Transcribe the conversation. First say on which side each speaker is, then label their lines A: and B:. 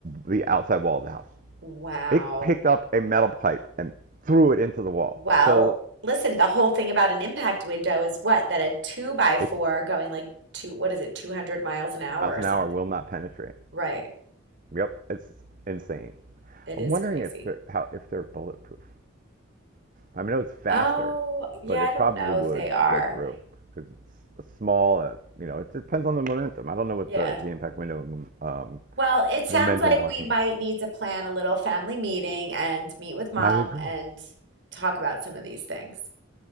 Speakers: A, on the right; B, on the right.
A: the outside wall of the house.
B: Wow.
A: It picked up a metal pipe and threw it into the wall.
B: Well,
A: So
B: listen, the whole thing about an impact window is what? That a two by four
A: it
B: going like two, what is it, 200 miles an hour
A: miles
B: or
A: an
B: something.
A: hour will not penetrate.
B: Right.
A: Yep, it's insane.
B: It
A: I'm
B: is
A: wondering
B: crazy.
A: if they're how if they're bulletproof. I mean, I know it's faster,
B: Oh, yeah,
A: but it
B: I don't
A: probably
B: know
A: would
B: if they are.
A: go through because it's a small. Uh, you know, it depends on the momentum. I don't know what
B: Yeah.
A: the the impact window um,
B: Well, it sounds
A: momentum
B: like
A: blocking.
B: we might need to plan a little family meeting and meet with mom
A: I agree.
B: and talk about some of these things.